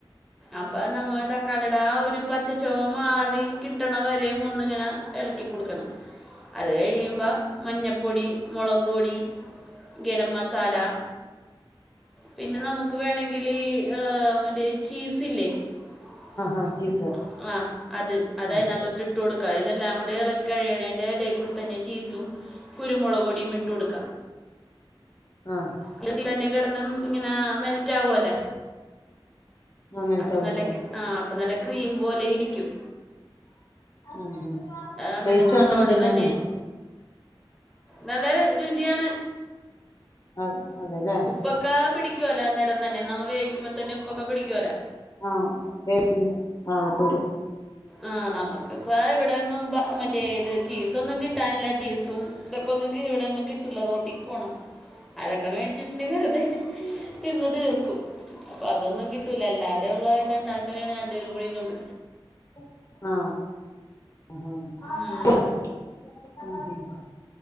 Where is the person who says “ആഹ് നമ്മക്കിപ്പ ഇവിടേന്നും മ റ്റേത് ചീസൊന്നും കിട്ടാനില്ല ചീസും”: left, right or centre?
Centre